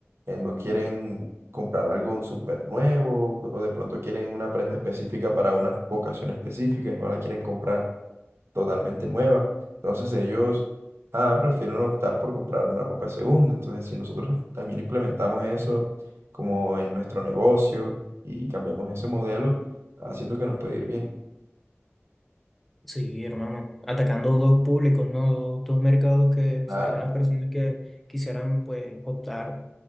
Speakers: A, on the right; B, in the centre.
A: eh, no quieren comprar algo súper nuevo o de pronto quieren una prenda específica para una ocasión específica y no la quieren comprar totalmente nueva. Entonces ellos ah, prefieren optar por comprar una ropa de segunda. Entonces si nosotros también implementamos eso como en nuestro negocio y cambiamos ese modelo, haciendo que nos puede ir bien.
B: Sí, hermano, atacando dos públicos, ¿no? Dos, dos mercados que
A: Ah,
B: serían las personas que quisieran, pues, optar